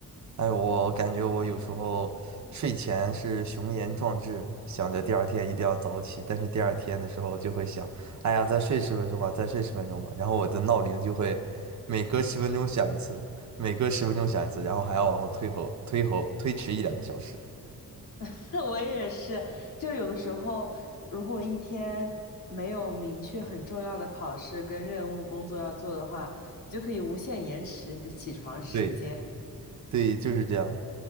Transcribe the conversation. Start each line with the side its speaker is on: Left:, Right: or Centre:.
Right: 哎，我感觉我有时候睡前是雄言壮志，想着第二天一定要早起，但是第二天的时候就会想，哎呀，再睡十分钟吧，再睡十分钟吧，然后我的闹铃就会每隔十分钟响一次，每隔十分钟响一次，然后还要往后推后推后推迟一两个小时。
Left: <laughs> 我也是，就有的时候，如果一天没有明确很重要的考试跟任务工作要做的话，你就可以无限延迟你的起床时间。
Right: 对对，就是这样，